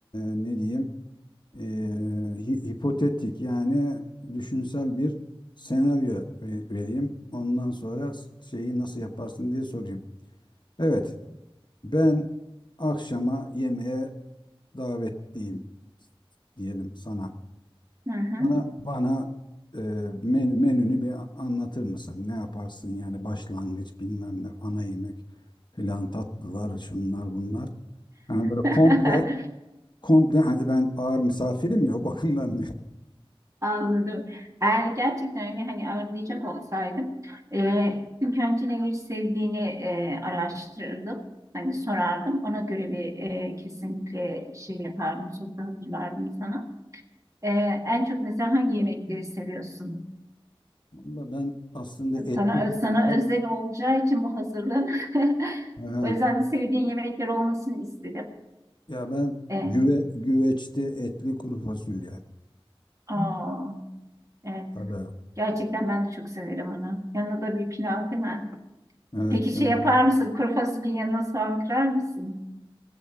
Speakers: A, on the left; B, on the right.
A: ne diyeyim E, hi- hipotetik yani düşünsel bir senaryo ve- vereyim. Ondan sonra s- şeyi nasıl yaparsın diye sorayım. Evet ben akşama yemeğe davetliyim diyelim sana.
B: Hı hı.
A: Bana bana e, menü- menünü bir anlatır mısın? Ne yaparsın yani başlangıç bilmem ne ana yemek filan tatlılar şunlar bunlar. Yani böyle
B: <laughs>
A: komple komple hani ben ağır misafirim ya o bakımdan diyor.
B: Anladım. Eğer gerçekten öyle hani ağırlayacak olsaydım e, ilk önce neleri sevdiğini e, araştırırdım. Hani sorardım. Ona göre bir e, kesinlikle şey yapardım. Sofra hazırlardım sana. E, en çok mesela hangi yemekleri seviyorsun?
A: <laughs> Valla ben aslında etli
B: Sana,
A: kuru
B: ö- sana
A: e-
B: özel olacağı için bu hazırlık. <laughs>
A: ha,
B: O yüzden de sevdiğin yemekler olmasını istedim.
A: ya ben
B: E,
A: güve, güveçte etli kuru fasulye.
B: Aa, evet.
A: Tabii.
B: Gerçekten ben de çok severim onu. Yanına da bir pilav değil mi?
A: Evet
B: Peki
A: yanına
B: şey yapar
A: da
B: mısın? Kuru fasulyenin yanına soğan kırar mısın?